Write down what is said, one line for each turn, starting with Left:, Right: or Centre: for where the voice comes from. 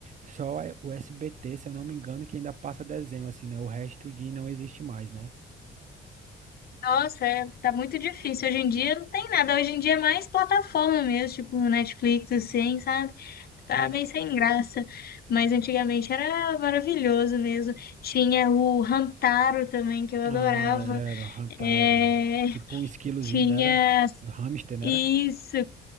Right: só é o SBT, se eu não me engano, que ainda passa desenho, assim, né? O resto de não existe mais, né?
Left: Nossa, é, tá muito difícil. Hoje em dia não tem nada. Hoje em dia é mais plataforma mesmo, tipo Netflix, assim, sabe? Tá meio sem graça. Mas antigamente era maravilhoso mesmo. Tinha o Hantaro também, que eu adorava.
Right: Ah, era, Hantaro.
Left: É,
Right: Tipo um esquilozinho,
Left: tinha.
Right: né? Era? Hamster, né?
Left: Isso,
Right: Era?